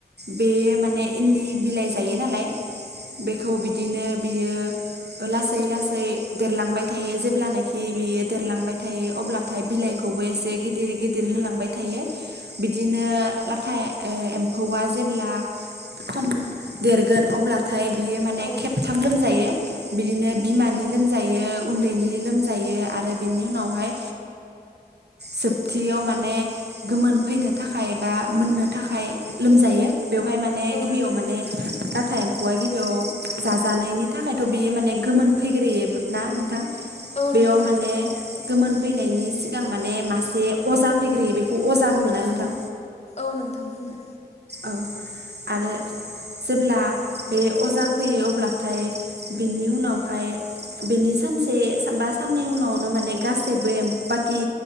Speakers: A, on the right; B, on the left.
A: बे माने इन्दि बिलाइ जायो नालाय बेखौ बिदिनो बियो लासै लासै देरलांबाय थायो जेब्लानाखि बेयो देरलांबाय थायो अब्ला थाय बिलाइखौबोसे गिदिर गिदिर होलांबाय थायो बिदिनो लाथा ए एम एम्फौआ जेब्ला खम देरगोन अब्ला नाथाय बियो माने
B: औ
A: खेबथाम लोमजायो बिदिनो बिमानि लोमजायो उन्दैनि लोमजायो आरो बिनि उनावहाय जोबथियाव माने गोमोन फैनो थाखाय बा मोननो थाखाय लोमजायो बेवहाय माने
B: औ
A: गिबियाव
B: नोंथां
A: माने नाथाय एम्फौआ गिबियाव जाजानायनि थाखायथ' बियो माने गोमोन फैग्रोयो ना नों ना
B: औ
A: बेयाव
B: नोंथां
A: माने
B: बेखौ
A: गोमोन फैनायनि सिगां माने मासे अजा फैग्रोयो बेखौ अजा बुङोना नोंथां
B: औ नोंथां बुङो
A: औ आरो जेब्ला बे अजा फैयो अब्लाथाय बेनि उनावहाय बेनि सानसे बा साननै उनावनो माने गासैबो एम बाखि